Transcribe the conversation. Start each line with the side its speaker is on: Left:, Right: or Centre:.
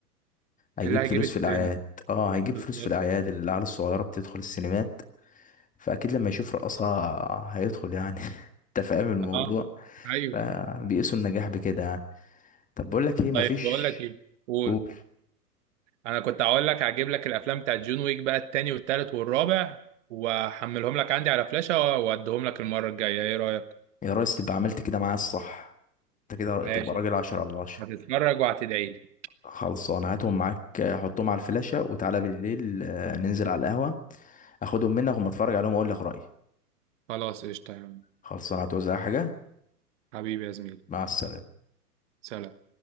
Left: هيجيب
Right: اللي هيجيب
Left: فلوس
Right: الترند
Left: في الاعياد اه هيجيب
Right: بالظبط
Left: فلوس في الاعياد العيال الصغيره بتدخل السينمات فاكيد لما يشوف رقصها هيدخل يعني <laughs> انت فاهم الموضوع
Right: اه ايوه
Left: فبيقيسوا النجاح بكده يعني طب بقول لك ايه مفيش
Right: طيب بقول لك ايه قول
Left: قول
Right: انا كنت هقول لك هجيب لك الافلام بتاعت جون ويك بقى التاني والتالت والرابع واحملهم لك عندي على فلاشة واديهم لك المرة الجاية ايه رأيك
Left: يا ريس تبقى عملت كده معايا الصح انت كده
Right: ماشي
Left: تبقى راجل عشرة على عشرة
Right: هتتفرج وهتدعي لي
Left: خلصانه هاتهم معاك آه، حطهم على الفلاشه وتعالى بالليل آه، ننزل على القهوه اخدهم منك وما اتفرج عليهم واقول لك رايي
Right: خلاص قشطة يا عم
Left: خلصانه هتوزع حاجه
Right: حبيبي يا زميلي
Left: مع السلامه
Right: سلام